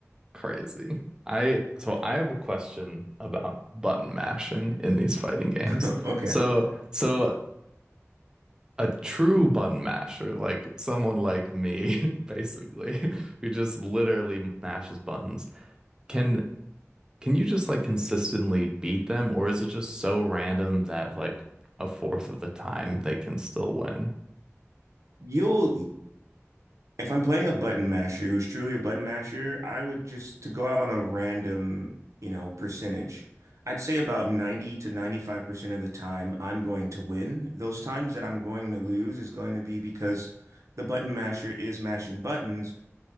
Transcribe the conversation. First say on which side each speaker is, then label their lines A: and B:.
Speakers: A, on the right (about 15°); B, on the right (about 85°).
A: crazy. I, so I have a question about button mashing in these fighting games.
B: <laughs> Okay.
A: So, so a true button masher, like someone like me, <laughs> basically, who just literally mashes buttons, can Can you just like consistently beat them, or is it just so random that like a fourth of the time they can still win?
B: You'll If I'm playing a button masher who's truly a button masher, I would just to go out on a random, you know, percentage. I'd say about 90 to 95% of the time I'm going to win. Those times that I'm going to lose is going to be because the button masher is mashing buttons